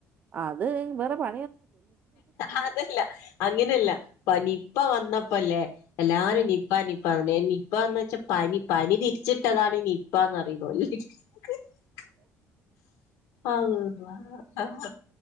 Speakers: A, on the right; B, on the left.
A: അത് വേറെ പ
B: അതല്ല അങ്ങനെയല്ല പനിപ്പ വന്നപ്പോല്ലേ എല്ലാരും
A: ആഹ്
B: നിപ്പ നി പനി നിപ്പന്ന് വെച്ചാ പനി പനി തിരിച്ചിട്ടതാണ് ഈ നി പ്പാന്ന്റിയുന്നു <unintelligible> അള്ളാ ഹ്